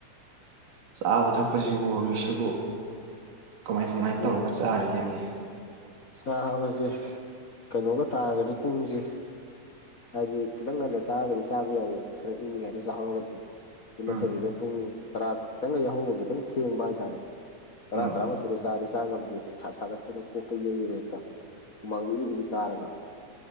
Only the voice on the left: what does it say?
ꯎꯝ
ꯆꯥꯕꯁꯦ ꯀꯩꯅꯣꯒ ꯇꯥꯔꯒꯗꯤ ꯄꯨꯡꯁꯦ ꯍꯥꯏꯗꯤ ꯈꯤꯇꯪ ꯉꯟꯗ ꯆꯥꯔꯒꯗꯤ ꯆꯥꯕ ꯌꯥꯏꯌꯦ ꯈꯔ ꯏꯪꯉꯤꯉꯩꯗ ꯆꯥꯍꯧꯔꯒꯗꯤ ꯑꯗꯨ ꯅꯠꯇꯕꯤꯗ
ꯄꯨꯡ ꯇꯔꯥ ꯈꯤꯇꯪꯒ ꯌꯥꯍꯧꯕ ꯈꯤꯇꯪ ꯊꯦꯡꯕ ꯍꯥꯏꯇꯥꯔꯦ ꯇꯔꯥ
ꯇꯔꯥ ꯁꯤꯗ ꯆꯥꯗꯤ ꯆꯥ ꯉꯝꯗꯦ ꯅꯨꯡꯁꯥ ꯁꯥꯒꯠꯄꯗ ꯀꯣꯛꯇ ꯌꯩꯔ ꯍꯦꯛꯇ ꯍꯨꯃꯥꯡꯒꯤ ꯕꯤꯔꯤ ꯕꯤꯔꯤ ꯀꯥꯔꯒ